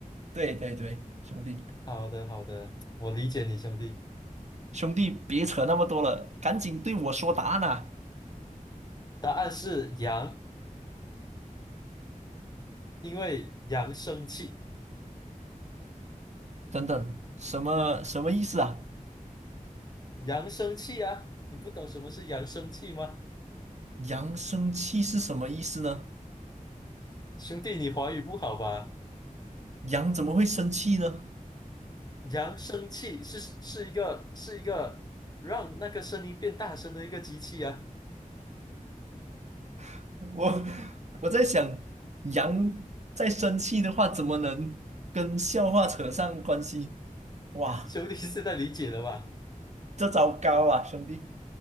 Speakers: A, on the right; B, on the left.
A: 对对对，兄弟，
B: 好的，好的，我理解你，兄弟。
A: 兄弟，别扯那么多了，赶紧对我说答案啊！
B: 答案是羊，因为羊生气，
A: 等等，什么什么意思啊？
B: 羊生气啊！你不懂什么是羊生气吗？
A: 羊生气是什么意思呢？
B: 兄弟，你华语不好吧？
A: 羊怎么会生气呢？
B: 羊生气是是一个是一个让那个声音变大声的一个机器啊！
A: <laughs> 我我在想，羊在生气的话，怎么能跟笑话扯上关系？哇，
B: <laughs> 兄弟现在理解了吧？
A: 这招高啊，兄弟，